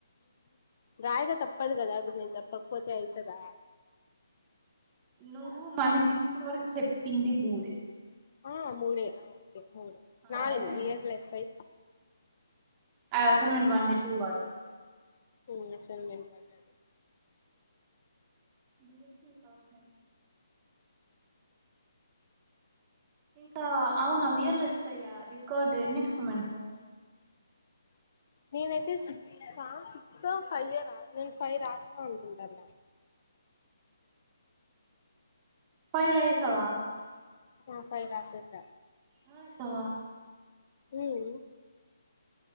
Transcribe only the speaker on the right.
నువ్వు, మనకిప్పుడ్ వరక్ చెప్పింది మూదే.
అదే నేను
అద్ అసైన్మెంట్ వన్నె, టూ కాదు.
D S C pass. ఇంకా. అవునా వి
ఎల్ ఎస్ ఐ ఆ అది. కార్డే నెక్స్ట్ మంత్స్.
ఫైవ్ రాయేసవా.
రాయేసవా.